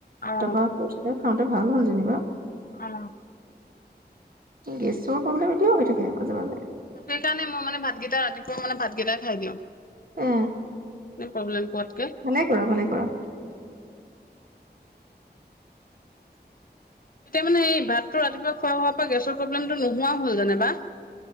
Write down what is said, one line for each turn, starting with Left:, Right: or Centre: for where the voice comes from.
Left: অ
Right: তাৰপৰা কৈছে খাওঁতে ভাল হ'ল যেনিবা
Left: অ
Right: গেছৰ প্ৰব্লেম এতিয়াও হৈ থাকে মাজে, মাজে
Left: সেইকাৰণে মই মানে ভাতকেইটা, ৰাতিপুৱা মানে ভাতকেইটাই খাই দিওঁ।
Right: এ
Left: প্ৰব্লেম পোৱাত
Right: ভালে কৰা, ভালে কৰা।
Left: এতিয়া মানে এই ভাতটো ৰাতিপুৱা খোৱা হোৱাৰ পৰা গেছৰ প্ৰব্লেমটো নোহোৱা হ'ল যেনেবা।